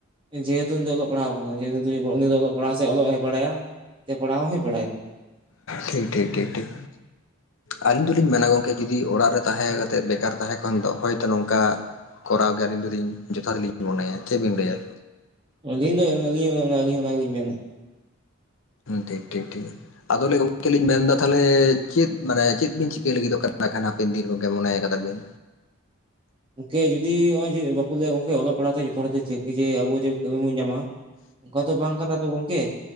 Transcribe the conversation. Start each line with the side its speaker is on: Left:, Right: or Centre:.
Right: ᱡᱮᱦᱮᱛᱩ ᱩᱱᱤ ᱫᱚ ᱚᱞᱚᱜ ᱯᱟᱲᱦᱟᱣ ᱠᱟᱱᱟ ᱡᱮᱦᱮᱛᱩ ᱩᱱᱤ ᱫᱚ ᱚᱞᱚᱜ ᱯᱟᱲᱦᱟᱜ ᱥᱮ ᱚᱞᱚᱜ ᱜᱮᱭ ᱵᱟᱲᱟᱭᱟ ᱯᱟᱲᱦᱟᱣ ᱦᱚᱸ ᱯᱟᱲᱦᱟᱭᱭᱟ
Left: ᱴᱷᱤᱠ ᱴᱷᱤᱠ ᱴᱷᱤᱠ ᱴᱷᱤᱠ ᱟᱹᱞᱤᱧ ᱫᱚᱞᱤᱧ ᱢᱮᱱᱟ ᱜᱚᱢᱠᱮ ᱡᱩᱫᱤ ᱚᱲᱟᱜ ᱨᱮ ᱛᱟᱦᱮᱸ ᱠᱟᱛᱮᱫ ᱵᱮᱠᱟᱨ ᱛᱟᱦᱮᱸ ᱠᱷᱟᱱ ᱫᱚ ᱦᱚᱭᱛᱳ ᱱᱚᱝᱠᱟ ᱠᱚᱨᱟᱣ ᱜᱮᱭᱟ ᱟᱹᱞᱤᱧ ᱫᱚᱞᱤᱧ ᱡᱚᱛᱷᱟᱛ ᱞᱤᱧ ᱢᱚᱱᱮᱭᱟ ᱪᱮᱫ ᱵᱤᱱ ᱞᱟᱹᱭᱟ
Right: ᱟᱹᱞᱤᱧ ᱫᱚ ᱟᱹᱞᱤᱧᱞᱤᱧ ᱚᱱᱟ ᱱᱟᱜ ᱞᱤᱧ ᱢᱮᱱᱟ
Left: ᱴᱷᱤᱠ ᱴᱷᱤᱠ ᱴᱷᱤᱠ ᱟᱫᱚᱞᱮ ᱜᱚᱢᱠᱮ ᱞᱤᱧ ᱢᱮᱱᱫᱟ ᱛᱟᱦᱚᱞᱮ ᱪᱮᱫ ᱢᱟᱱᱮ ᱪᱮᱫ ᱵᱤᱱ ᱪᱤᱠᱟᱹᱭ ᱞᱟᱹᱜᱤᱫᱚᱜ ᱠᱟᱱᱟ ᱠᱷᱟᱱ ᱦᱟᱯᱮᱱ ᱫᱤᱱ ᱠᱚᱜᱮ ᱢᱚᱱᱮ ᱠᱟᱫᱟ ᱵᱤᱱ
Right: ᱜᱚᱝᱠᱮ ᱡᱩᱫᱤ ᱚᱭ ᱵᱟᱠᱚ ᱞᱟᱹᱭᱟ ᱜᱚᱝᱠᱮ ᱚᱞᱚᱜ ᱯᱟᱲᱦᱟᱜ ᱡᱚᱛᱚ ᱦᱚᱲ ᱪᱮᱫ ᱛᱮ ᱡᱮ ᱟᱵᱚ ᱡᱮ ᱠᱟᱹᱢᱤ ᱵᱚᱱ ᱧᱟᱢᱟ ᱚᱱᱠᱟ ᱛᱚ ᱵᱟᱝ ᱠᱟᱱᱟ ᱛᱚ ᱜᱚᱝᱠᱮ